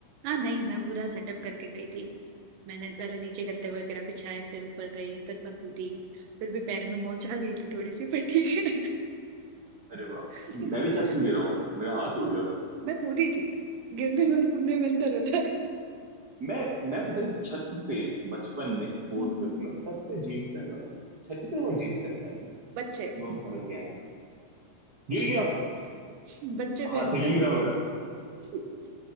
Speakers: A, on the right; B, on the right.
A: हाँ नहीं मैं पूरा सेटअप करके गई थी मैंने पहले नीचे गद्दे वगैरह बिछाए फिर ऊपर गई फिर मैं कूदी फिर भी पैर में मोच आ गई थी थोड़ी सी पर ठीक है
B: अरे वाह
A: <laughs>
B: मैं भी छत से गिरा हूँ मेरा हाथ टूट गया था
A: मैं कूदी थी गिरने में और कूदने में अंतर होता है
B: मैं मैं पता नहीं छत पे बचपन में फोर्थ
A: हम्म,
B: फिफ्थ में छत पे जीन्स पहनता था छत पे कौन जीन्स पहनता है
A: बच्चे
B: वो तो समझ नहीं आया गिर
A: <laughs>
B: गया
A: बच्चे पहनते
B: हाथ हिल नहीं
A: हैं
B: रहा मेरा
A: <laughs>